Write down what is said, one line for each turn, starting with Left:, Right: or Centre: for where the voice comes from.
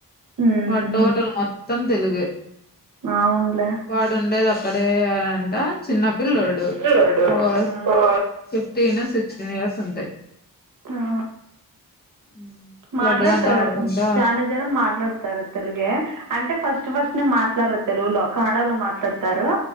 Right: ఉమ్,
Left: వాడు టోటల్ మొత్తం తెలుగే
Right: అవునులే
Left: వాడు ఉండేది ఓక్కడే అంట చిన్నపిల్లోడు
Right: పిల్లోడు
Left: ఓస్
Right: ఆ
Left: ఫిఫ్టీన్ సిక్స్టీన్ ఇయర్స్ ఉంటాయి
Right: ఆ
Left: ఉమ్
Right: మాట్లాడతారు
Left: లడ్డు గానితో ఆడుకుంటా
Right: చానా జనం మాట్లాడుతారు తెలుగే అంటే ఫస్ట్ ఫస్ట్నే మాట్లాడర్ తెలుగులో కనడా లో మాట్లాడుతారు